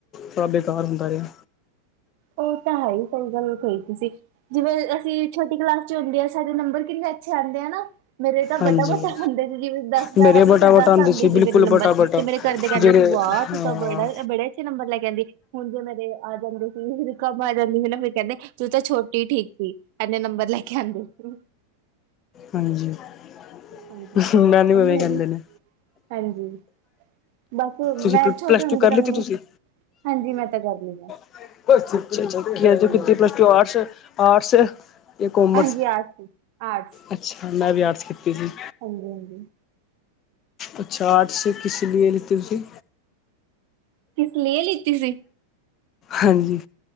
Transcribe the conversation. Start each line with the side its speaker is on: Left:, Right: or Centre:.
Left: ਥੋੜਾ, ਬੇਕਾਰ ਹੁੰਦਾ ਰਿਹਾ।
Right: ਉਹ ਤਾਂ, ਹੈ ਹੀ। ਸਹੀ ਗੱਲ, ਕਹੀ ਤੁਸੀਂ। ਜਿਵੇਂ ਅਸੀਂ, ਛੋਟੀ ਕਲਾਸ ਚ, ਹੁੰਦੇ ਆ। ਸਾਡੇ ਨੰਬਰ ਕਿੰਨੇ ਅੱਛੇ, ਆਉਂਦੇ ਆ ਨਾ। ਮੇਰੇ ਤਾਂ,
Left: ਹਾਂਜੀ
Right: ਬਟਾ- ਬਟਾ, ਆਉਂਦੇ ਸੀ। ਜਿਵੇਂ ਦੱਸ
Left: ਮੇਰੇ
Right: ਦਾ ਹੈ,
Left: ਬਟਾ
Right: ਨਾ ਤੇ
Left: ਬਟਾ
Right: ਦੱਸ
Left: ਹੁੰਦੇ
Right: ਆਉਂਦੇ ਸੀ।
Left: ਬਿਲਕੁਲ
Right: ਮੇਰੇ
Left: ਬਟਾ
Right: ਨੰਬਰ ਚ।
Left: ਬਟਾ
Right: ਤੇ ਮੇਰੇ, ਘਰਦੇ ਕਹਿੰਦੇ
Left: ਜਿਹੜੇ
Right: ਸੀ। ਵਾਹ
Left: ਹਾਂ
Right: ਤੂੰ ਤਾਂ, ਬੜਾ ਬੜੇ ਅੱਛੇ, ਨੰਬਰ ਲੈ ਆਉਂਦੀ। ਹੁਣ ਜੇ ਮੇਰੇ ਆ ਜਾਂਦੇ। ਕਮ ਆ ਜਾਂਦੀ ਸੀ। ਨਾ ਫੇਰ ਕਹਿੰਦੇ, ਤੂੰ ਤਾਂ ਛੋਟੀ ਠੀਕ ਸੀ। ਇੰਨੇ ਨੰਬਰ ਲੈ ਕੇ ਆਉਂਦੇ ਸੀ
Left: ਹਾਂਜੀ। <unintelligible>
Right: ਹਾਂਜੀ
Left: ਨਾਨੀ ਭਵੇਂ
Right: ਮੇਰੀ
Left: ਕਹਿੰਦੇ ਨੇ
Right: ਹਾਂਜੀ। ਬਸ
Left: ਤੁਸੀਂ
Right: ਮੈਂ, ਛੋਟੇ
Left: ਪਲੱਸ ਟੂ
Right: ਹੁੰਦੇ
Left: ਕਰ
Right: ਤਾਂ।
Left: ਲਿੱਤੀ
Right: ਮੈਨੂੰ
Left: ਤੁਸੀਂ
Right: ਹਾਂਜੀ, ਮੈਂ ਤਾਂ ਕਰਦੀ ਰਹੀ ਆ।
Left: ਅਛਾ- ਅਛਾ, <unintelligible> ਅੱਾ
Right: ਹਾਂਜੀ
Left: ਪਲਸ ਟੂ ਆਰਟਸ- ਆਰਟਸ। ਤੇ ਕੋਮਰਸ,
Right: ਹਾਂਜੀ ਆਰਟਸ ਆਰਟਸ
Left: ਅੱਛਾ ਮੈਂ ਵੀ, ਆਰਟਸ ਕੀਤੀ ਸੀ।
Right: ਹਾਂਜੀ- ਹਾਂਜੀ।
Left: ਅੱਛਾ, ਆਰਟਸ ਕਿਸ ਲਿਏ, ਲਿਤੀ ਤੁਸੀਂ?
Right: ਕਿਸ ਲਿਏ, ਲਿੱਤੀ ਸੀ!
Left: ਹਾਂਜੀ।